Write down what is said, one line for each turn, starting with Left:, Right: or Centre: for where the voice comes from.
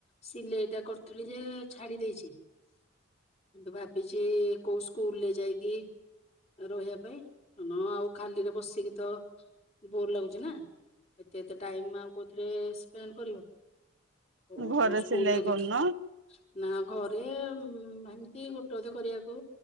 Left: ସିଲେଇଟା କରୁଥିଲି ଯେ ଛାଡି ଦେଇେଛି ଏବେ ଭାବିଛି କୋଉ ସ୍କୁଲରେ ଯାଇକି ରହିବା ପାଇଁ ହଁ ଆଉ ଖାଲିରେ ବସିକି ତ ବୋର ଲାଗୁଛି ନା ଏତେ ଏତେ ଟାଇମ୍ କୋଉଥିରେ ଏ ଏ ସ୍ପେଣ୍ଡ କରିବ। ଓ
Right: ଘରେ
Left: କୋଉ ସ୍କୁଲରେ
Right: ସିଲେଇ କରୁନ
Left: ଦେଖ ନା ଘରେ ଆଉ ହେମିତି ଗୋଟେ ଅଧେ କରିବାକୁ